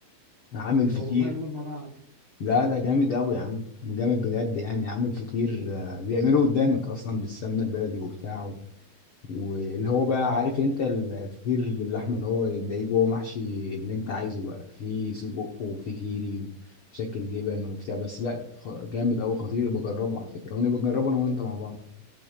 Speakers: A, on the left (about 70°); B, on the right (about 40°).
A: عامل
B: لا،
A: فطير
B: والله أول مرة أعرف
A: لا لا جامد قوي يا عم جامد بجد يعني عامل فطير آه، بيعمله قدامك اصلا بالسمنة البلدي وبتاعه واللي هو بقى عارف انت الفطير باللحمة اللي هو بتلاقيه جوه محشي اللي انت عايزه بقى فيه سجق وفيه كيري بشكل جبن وبتاع بس لا خ- جامد قوي خطير يبقى جربه على فكرة ونبقى نجربه انا وانت مع بعض